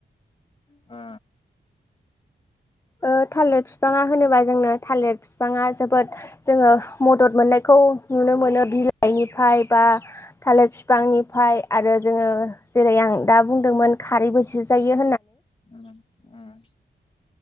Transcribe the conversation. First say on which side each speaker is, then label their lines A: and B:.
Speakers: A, on the left (about 30°); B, on the left (about 15°).
A: आ
B: ओ थालिर बिफाङा होनोबा जोंनो थालिर बिफाङा जोबोद जोङो मदद मोननायखौ औ नुनो मोनो बिलाइनिफ्राय बा थालिर बिफांनिफ्राय आरो जोङो जेरै आं दा बुंदोंमोन खारैबो सिजायो
A: ओम ओम।